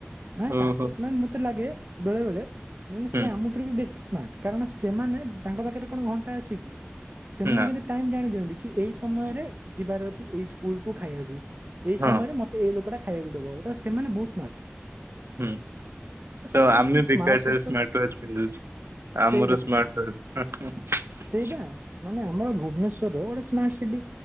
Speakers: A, on the right; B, on the right.
A: ମାନେ
B: ଓହୋ!
A: ତାକୁ ମାନେ ମତେ ଲାଗେ ବେଳେ ବେଳେ ମାନେ ସିଏ
B: ହୁଁ,
A: ଆମଠାରୁ ବି ବେଶୀ ସ୍ମାର୍ଟ। କାରଣ ସେମାନେ ତାଙ୍କ ପାଖରେ କଣ ଘଣ୍ଟା ଅଛି କି ସେମାନେ
B: ନା,
A: କିନ୍ତୁ ଟାଇମ ଜାଣି ଦିଅନ୍ତି କି ଏଇ ସମୟରେ ଯିବାର ଅଛି ଏଇ ସ୍କୁଲ କୁ ଖାଇବାକୁ ଏଇ
B: ହଁ,
A: ସମୟରେ ମ ଏଇ ଲୋକଟା ଖାଇବାକୁ ଦବ ତ ସେମାନେ ବୋହୁତ ସ୍ମାର୍ଟ।
B: ହୁଁ ତ
A: ସେମାନେ
B: ଆମେ
A: ବି ସେମିତି
B: ବେକାର
A: ସ୍ମାର୍ଟ ସିଟି
B: ଟାରେ
A: ର
B: ସ୍ମାର୍ଟୱାଚ ପିନ୍ଧୁଚୁ। ଆମରୁ
A: ସେଇ କଥା
B: ସ୍ମାର୍ଟୱାଚ ହୁଁ ହୁଁ।
A: ସେଇବା ମାନେ ଆମର ଭୁବନେଶ୍ଵରର ଗୋଟେ ସ୍ମାର୍ଟ ସିଟି